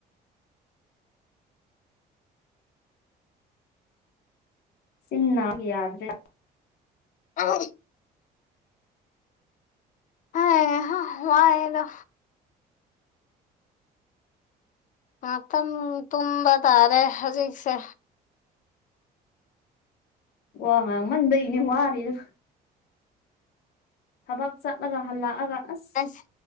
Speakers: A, on the left (about 70°); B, on the left (about 50°).
A: ꯆꯤꯟ ꯅꯥꯕ ꯌꯥꯗ꯭ꯔꯦ
B: <unintelligible> ꯑꯩꯍꯥ ꯋꯥꯏꯌꯦꯗ ꯉꯥꯛꯇꯪ ꯇꯨꯝꯕ ꯇꯥꯔꯦ ꯍꯧꯖꯤꯛꯁꯦ
A: ꯋꯥ ꯉꯥꯡꯃꯟꯕꯩꯅꯦ ꯋꯥꯔꯤꯗꯣ ꯊꯕꯛ ꯆꯠꯂꯒ ꯍꯜꯂꯛꯑꯒ ꯑꯁ
B: ꯑꯁ